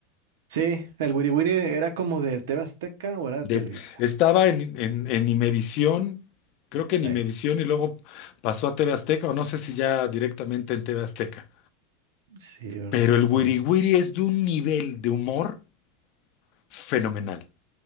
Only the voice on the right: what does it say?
Sí, el Wiri Wiri era como de TV Azteca o era de
Televisa.
Ey,
sí, ¿verdad?
Por eso.